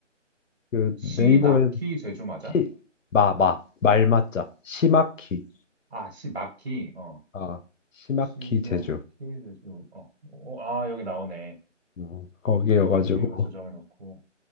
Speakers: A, on the left; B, on the right.
A: 그
B: 시나키
A: 네이버에
B: 제주 맞아?
A: 시 마 마 말맞자 시마키
B: 아, 시마키. 어.
A: 아 시마키
B: 시마키
A: 제주.
B: 제주. 어. 어, 아, 여기 나오네.
A: 음, 거기여가지고
B: 오케이, 오케이. 이거 저장해 놓고.